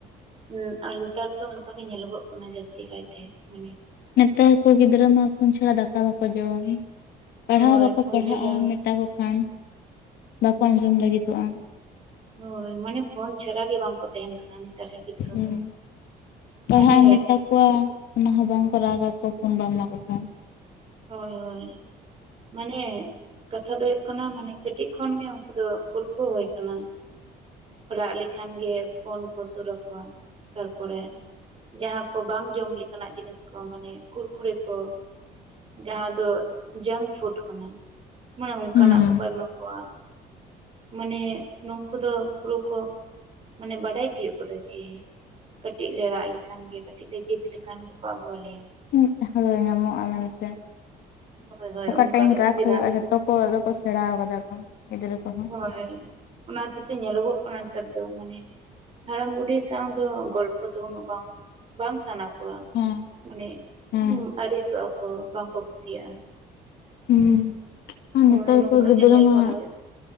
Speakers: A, on the right; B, on the left.
A: ᱦᱩᱸ ᱟᱨ ᱱᱤᱛᱟᱨ ᱫᱚ ᱚᱝᱠᱟ ᱜᱮ ᱧᱮᱞᱚᱜᱚᱜ ᱠᱟᱱᱟ ᱡᱟᱹᱥᱛᱤ ᱠᱟᱭᱛᱮ ᱢᱟᱱᱮ
B: ᱱᱮᱛᱟᱨ ᱠᱚ ᱜᱤᱫᱽᱨᱟᱹ ᱢᱟ ᱯᱷᱳᱱ ᱪᱷᱟᱲᱟ ᱫᱟᱠᱟ ᱵᱟᱠᱚ ᱡᱚᱢ ᱯᱟᱲᱦᱟᱣ
A: ᱦᱳᱭ
B: ᱦᱚ ᱵᱟᱠᱚ
A: ᱯᱷᱳᱱ
B: ᱯᱟᱲᱦᱟᱜᱼᱟ
A: ᱪᱷᱟᱲᱟ
B: ᱢᱮᱛᱟᱠᱚ ᱠᱷᱟᱱ ᱵᱟᱠᱚ ᱟᱸᱡᱚᱢ ᱞᱟᱹᱜᱤᱫᱚᱜᱼᱟ
A: ᱦᱳᱭ ᱢᱟᱱᱮ ᱯᱷᱳᱱ ᱪᱷᱟᱲᱟ ᱜᱮ ᱵᱟᱝᱠᱚ ᱛᱟᱦᱮᱱ ᱠᱟᱱᱟ ᱱᱮᱛᱟᱨ ᱨᱮᱱ ᱜᱤᱫᱽᱨᱟᱹ
B: ᱦᱩᱸ
A: ᱫᱚ
B: ᱯᱟᱲᱦᱟᱜ
A: ᱢᱟᱱᱮ
B: ᱮᱢ ᱢᱮᱛᱟ ᱠᱚᱣᱟ ᱚᱱᱟ ᱦᱚᱸ ᱵᱟᱝᱠᱚ ᱨᱟᱜᱟᱠᱚ ᱯᱷᱳᱱ ᱵᱟᱢ ᱮᱢᱟ ᱠᱚ ᱠᱷᱟᱱ
A: ᱦᱳᱭ ᱦᱳᱭ ᱢᱟᱱᱮ ᱠᱟᱛᱷᱟ ᱫᱚ ᱦᱩᱭᱩᱜ ᱠᱟᱱᱟ ᱢᱟᱱᱮ ᱠᱟᱹᱴᱤᱜ ᱠᱷᱚᱱ ᱜᱮ ᱩᱱᱠᱩ ᱫᱚ ᱯᱟᱹᱨᱠᱟᱹᱣᱱᱦᱳᱭ ᱟᱠᱟᱱᱟ ᱨᱟᱜ ᱞᱮᱠᱷᱟᱱ ᱜᱮ ᱯᱷᱳᱱ ᱠᱚ ᱥᱩᱨ ᱟᱠᱚᱣᱟ ᱛᱟᱨᱯᱚᱨᱮ ᱡᱟᱦᱟᱸ ᱠᱚ ᱵᱟᱝ ᱡᱚᱢ ᱞᱤᱠᱟᱱᱟᱜ ᱡᱤᱱᱤᱥ ᱠᱚ ᱢᱟᱱᱮ ᱠᱩᱨᱠᱩᱨᱮ ᱠᱚ ᱡᱟᱦᱟᱸ ᱫᱚ ᱡᱟᱝᱠ ᱯᱷᱩᱰ ᱠᱟᱱᱟ ᱢᱟᱱᱮ
B: ᱦᱩᱸ
A: ᱚᱝᱠᱟᱱᱟᱜ ᱠᱚᱠᱚ ᱮᱢᱟ ᱠᱚᱣᱟ ᱢᱟᱱᱮ ᱱᱩᱝᱠᱩ ᱫᱚ ᱯᱩᱨᱟᱹ ᱠᱚ ᱢᱟᱱᱮ ᱵᱟᱰᱟᱭ ᱛᱤᱭᱳᱜ ᱟᱠᱟᱫᱟ ᱡᱮ ᱠᱟᱹᱴᱤᱜ ᱞᱮ ᱨᱟᱜ ᱞᱮᱠᱷᱟᱱ ᱜᱮ ᱠᱟᱹᱴᱤᱜ ᱞᱮ ᱡᱮᱛ ᱞᱮᱠᱷᱟᱱ ᱜᱮᱠᱚ ᱟᱹᱜᱩᱣᱟᱞᱮᱭᱟ
B: ᱦᱳᱭ ᱧᱟᱢᱚᱜᱼᱟ ᱢᱮᱱᱛᱮ
A: ᱦᱳᱭ ᱦᱳᱭ
B: ᱚᱠᱟ
A: ᱚᱱᱠᱟ
B: ᱴᱟᱭᱤᱢ
A: ᱜᱮᱠᱚ
B: ᱨᱟᱜ
A: ᱥᱮᱬᱟᱜ
B: ᱦᱳᱭᱳᱜᱼᱟ
A: ᱛᱟᱦᱮᱸ
B: ᱡᱷᱚᱛᱚ ᱠᱚ ᱟᱫᱚ ᱠᱚ ᱥᱮᱬᱟᱣ ᱟᱠᱟᱫᱟ ᱠᱚ ᱜᱤᱫᱽᱨᱟᱹ ᱠᱚᱦᱚᱸ
A: ᱦᱳᱭ ᱚᱱᱟ ᱦᱚᱛᱮᱜ ᱛᱮ ᱧᱮᱞᱚᱜᱚᱜ ᱠᱟᱱᱟ ᱱᱮᱛᱟᱨ ᱫᱚ ᱢᱟᱱᱮ ᱦᱟᱲᱟᱢ ᱵᱩᱰᱷᱤ ᱥᱟᱶ ᱫᱚ ᱜᱚᱞᱯᱚ ᱫᱚ ᱩᱱᱟᱹᱜ ᱵᱟᱝ ᱵᱟᱝ ᱥᱟᱱᱟ ᱠᱩᱣᱟ
B: ᱦᱮᱸ
A: ᱢᱟᱱᱮ
B: ᱦᱮᱸ
A: ᱟᱹᱲᱤᱥᱚᱜ ᱟᱠᱚ ᱵᱟᱝ ᱠᱚ ᱠᱩᱥᱤᱭᱟᱜᱼᱟ
B: ᱦᱩᱸ ᱱᱮᱛᱟᱨ
A: ᱦᱳᱭ ᱱᱚᱝᱠᱟ
B: ᱠᱚ ᱜᱤᱫᱽᱨᱟᱹ
A: ᱜᱮ ᱧᱮᱞ
B: ᱢᱟ
A: ᱵᱟᱲᱟ ᱦᱩᱭᱩᱜ